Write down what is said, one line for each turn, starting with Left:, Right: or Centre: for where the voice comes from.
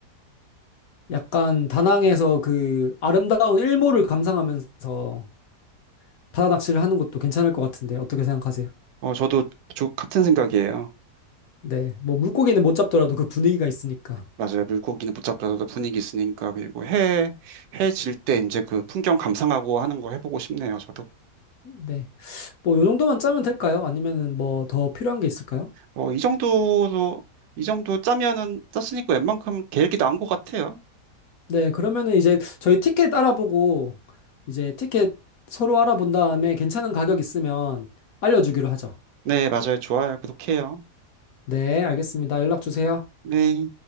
Left: 약간 다낭에서 그 아름다운 일몰을 감상하면서 바다 낚시를 하는 것도 괜찮을 것 같은데 어떻게 생각하세요?
Right: 어, 저도 저 같은 생각이에요.
Left: 네, 뭐 물고기는 못 잡더라도 그 분위기가 있으니까.
Right: 맞아요. 물고기는 못 잡더라도 분위기 있으니까 그리고 해 해질 때 이제 그 풍경 감상하고 하는 거 해보고 싶네요. 저도.
Left: 네, 뭐 요 정도만 짜면 될까요? 아니면은 뭐 더 필요한 게 있을까요?
Right: 어, 이 정도도, 이 정도 짜면은 짰으니까 웬만큼 계획이 나온 것 같아요.
Left: 네, 그러면은 이제 저희 티켓 알아보고 이제 티켓 서로 알아본 다음에 괜찮은 가격 있으면 알려주기로 하죠.
Right: 네, 맞아요. 좋아요. 구독해요.
Left: 네, 알겠습니다. 연락 주세요.
Right: 네.